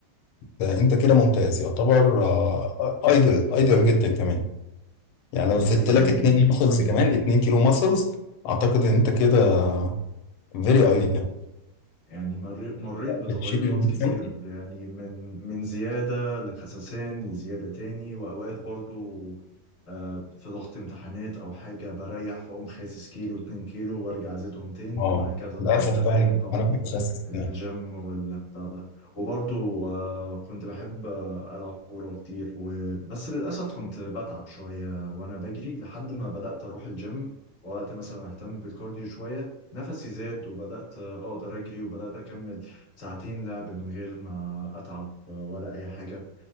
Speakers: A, on the left; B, on the left.
A: آه، انت كده ممتاز يعتبر ايدل ايدل جدا كمان يعني
B: والله
A: لو زدت
B: يعني
A: لك اتنين ماسلز كمان اتنين كيلو ماسلز اعتقد ان انت كده فيري ايدل
B: يعني مر- مريت بتغيرات
A: بتشيل ال 100
B: كتير
A: سم <laughs>
B: يعني من من زيادة لخسسان لزيادة تاني وأوقات برضو آه، في ضغط امتحانات او حاجه بريح فاقوم خاسس كيلو اتنين كيلو وارجع ازيدهم تاني
A: اه
B: وهكذا بقى
A: للاسف
B: يعني انت فاهم
A: بقى
B: طبعا
A: انا متخصص
B: الجيم والبتاع ده وبرضو آه، كنت بحب آه، العب كوره كتير و... بس للاسف كنت بتعب شويه وانا بجري لحد ما بدات اروح الجيم وقت مثلا اهتم بالكارديو شويه نفسي زاد وبدات آه، اقدر اجري وبدات اكمل ساعتين لعب من غير ما اتعب آه، ولا اي حاجه